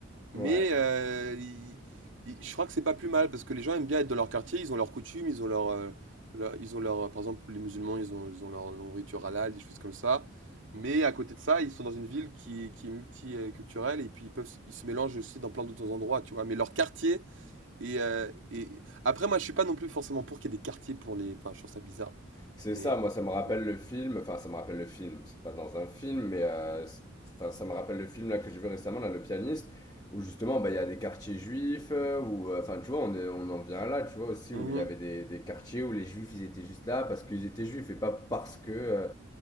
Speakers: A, on the right; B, on the left.
A: Mais
B: Ouais.
A: euh, il- il- je crois que c'est pas plus mal parce que les gens aiment bien être dans leur quartier. Ils ont leurs coutumes, ils ont leur, euh, leur- ils ont leur, euh, par exemple, les musulmans, ils ont, ils ont leur nourriture halal, des choses comme ça. Mais à côté de ça, ils sont dans une ville qui, est- qui est multiculturelle et puis ils peuvent, s- ils se mélangent aussi dans plein d'autres endroits, tu vois. Mais leur quartier et, euh, et après, moi, je suis pas non plus forcément pour qu'il y ait des quartiers pour les. Enfin, je trouve ça bizarre.
B: C'est
A: Mais.
B: ça, moi ça me rappelle
A: Mm.
B: le film, enfin ça me rappelle le film, c'est pas dans un film, mais euh, c'est- enfin ça me rappelle le film là que j'ai vu récemment, là, le pianiste, où justement bah il y a des quartiers juifs, euh, où euh, enfin tu vois on est, on en vient là, tu vois aussi
A: Mhm,
B: où il y avait des, des quartiers où les juifs ils étaient juste là parce qu'ils étaient juifs et pas parce que euh,